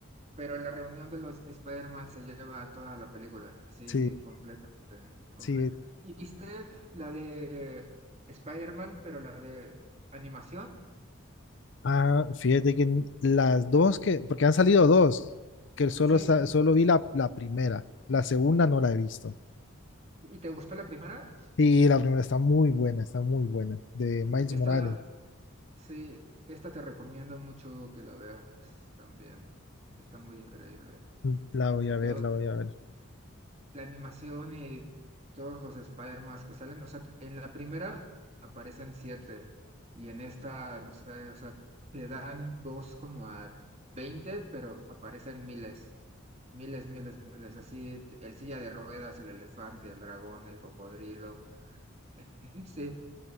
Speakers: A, on the right; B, on the left.
A: pero la reunión de los Spider-Man se lleva toda la película, así
B: Sí,
A: completamente, completo.
B: sí.
A: ¿Y viste la de Spider-Man, pero la de animación?
B: Ah, fíjate que n- las dos que, porque han salido dos, que solo,
A: Sí,
B: sa- solo vi la, la primera, la segunda no la he visto.
A: ¿Y te gustó la primera?
B: Y la primera está muy buena, está muy buena, de Miles
A: Esta,
B: Morales.
A: sí, esta te recomiendo mucho que la veas también. Está muy increíble.
B: Mm, La voy a ver,
A: Lo-
B: la voy a ver.
A: la animación y todos los Spider-Man que salen, o sea, en la primera aparecen siete y en esta, no sé, o sea, le dan voz como a 20, pero aparecen miles, miles, miles, miles. Así, el silla de ruedas, el elefante, el dragón, el cocodrilo. <laughs> Sí,